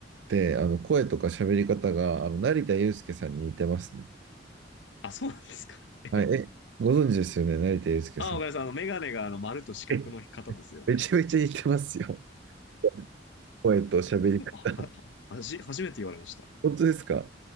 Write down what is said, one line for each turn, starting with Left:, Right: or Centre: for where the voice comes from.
Right: て、あの、声とか喋り方が、あの、成田悠輔さんに似てますね。
Left: あ、そうなんですか。ええ。
Right: はい、え、ご存知ですよね、成田悠輔さん。
Left: あ、岡田さん、あの、メガネがあの、丸と四角の方ですよね。
Right: え、めちゃめちゃ似てますよ。<laughs> 声と喋り方。
Left: あ、は、はじ、初めて言われました。
Right: 本当ですか